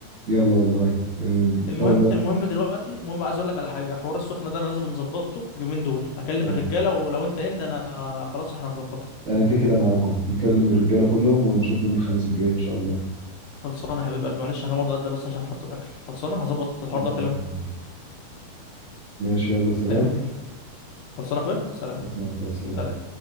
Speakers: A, on the right; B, on the left.
A: يلا والله آه، ان
B: المهم
A: شاء الله
B: المهم دلوقتي المهم عايز اقول لك على حاجه حوار السخنه ده انا لازم نظبطه اليومين دول اكلم
A: اه
B: الرجاله ولو انت ان انا خلاص احنا هنظبطها
A: انا كده كده معاكم نكلم الرجالة كلهم ونشوف يوم الخميس الجاي ان شاء الله
B: خلصانه يا حبيب قلبي معلش انا هقوم اتغدى بس عشان حط الاكل خلصانه هظبط الحوار
A: خمسة
B: ده واكلمك
A: وعشرين. ماشي يلا سلام
B: تاني بالليل خلصانه يا اخويا سلام
A: خمسة وعشرين. سلام
B: سلام